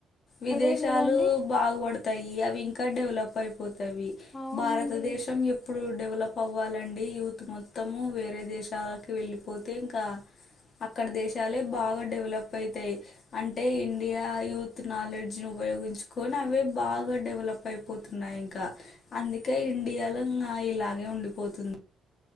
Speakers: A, on the left; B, on the left.
A: విదేశాలు
B: అదే గదండీ!
A: బాగుపడతాయి అవి ఇంకా డెవలప్ అయిపోతవి
B: అవునండి.
A: భారతదేశం ఎప్ ఇప్పుడు డెవలప్ అవ్వాలండి యూత్ మొత్తము వేరే దేశాలకి వెళ్ళిపోతే ఇంకా అక్కడ దేశాలే బాగా డెవలప్ అయితాయి అంటే ఇండియా యూత్ నాలెడ్జ్ ని ఉపయోగించుకొని అవే బాగా డెవలప్ అయిపోతున్నాయి ఇంకా అందుకే ఇండియాలో నాయి ఇంకా ఇలాగే ఉండిపోతుంది